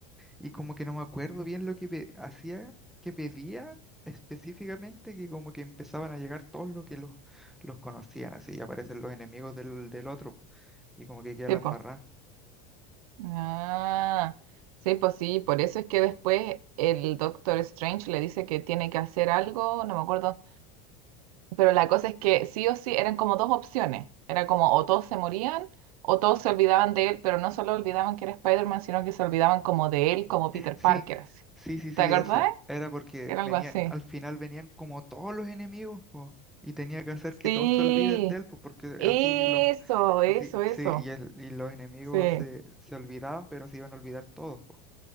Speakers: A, in the centre; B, on the right (about 75°).
A: y como que no me acuerdo bien lo que pe- hacía, que pedía específicamente, que como que empezaban a llegar todos los que los, los conocían, así y aparecen los enemigos del, del otro y como que queda
B: Sí,
A: la
B: po.
A: embarrada.
B: Ah, sí, pues sí, por eso es que después el Doctor Strange le dice que tiene que hacer algo, no me acuerdo, pero la cosa es que sí o sí eran como dos opciones, era como o todos se morían o todos se olvidaban de él, pero no solo olvidaban que era Spider-Man, sino que se olvidaban como de él, como Peter
A: Sí,
B: Parker, así.
A: sí, sí, sí,
B: ¿Te acordás?
A: eso. Era porque
B: Era
A: venían,
B: algo así.
A: al final venían como todos los enemigos, po, y tenía que hacer que
B: Sí,
A: todos se olviden de él, pues, porque
B: eso,
A: así los,
B: eso,
A: así,
B: eso.
A: sí, y, el, y los enemigos
B: Sí.
A: se, se olvidaban, pero se iban a olvidar todos, pues.